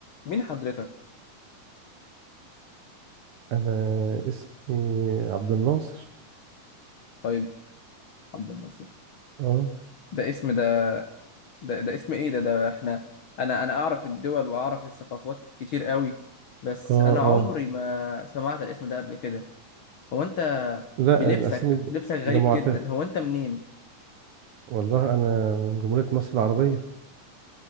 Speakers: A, on the left (about 60°); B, on the right (about 65°).
A: مين حضرتك؟
B: انا اسمي عبد الناصر
A: طيب عبد الناصر
B: اه
A: ده اسم ده ده, ده اسم ايه ده ده احنا انا انا اعرف الدول واعرف الثقافات كتير قوي بس
B: اه
A: انا عمري
B: اه
A: ما سمعت الاسم ده قبل كده هو انت
B: لا
A: بلبسك
B: الاسامي دي-
A: لبسك غريب
B: ده معتاد
A: جدا هو انت منين؟
B: والله انا من جمهورية مصر العربية